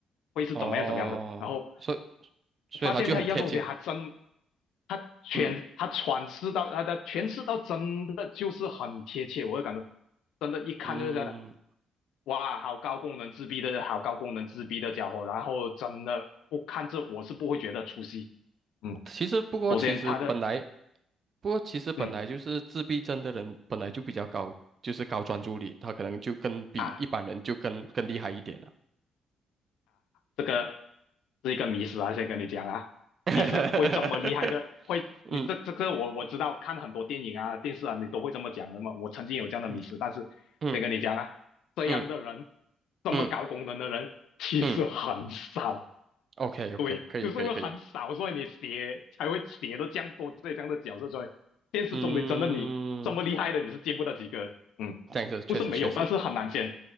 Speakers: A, on the left (about 80°); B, on the right (about 45°).
A: 会是怎么样怎么样的。
B: 哦，
A: 然后
B: 所以所以他就很贴近，
A: 发现他一样东西，还真，他全他诠释到他的诠释到真的就是很贴切，
B: 嗯
A: 我会感觉真的，一看就是这样的，
B: 嗯，
A: 哇，好高功能自闭的，好高功能自闭的家伙，然后真的不看这我是不会觉得出戏，嗯，
B: 其实不过其实本来
A: 首先他的
B: 不过其实本来就是自闭症的人本来就比较高，
A: 嗯。
B: 就是高专注力，他可能就更比一般人就更更厉害一点了，
A: 啊。这个是一个迷思啊，先跟你讲啊，
B: <laughs>
A: 其实会这么厉害的，会你这这个我我知道，
B: 嗯
A: 看很多电影啊、电视啊，你都会这么讲的嘛。我曾经有这样的迷思，
B: 嗯
A: 但是先跟你讲啊，
B: 嗯
A: 这样的人，
B: 嗯
A: 这么高功能的人，
B: 嗯
A: 其实很少。
B: 嗯，OK OK，
A: 对，
B: 可以可以可以，
A: 就是因为很少，所以你写才会写到这样多这样的角色，所以电视中的真的你这么厉害的，
B: 嗯，
A: 你是见不到几个，嗯，
B: 这样是确实确实。
A: 不是没有，但是很难见，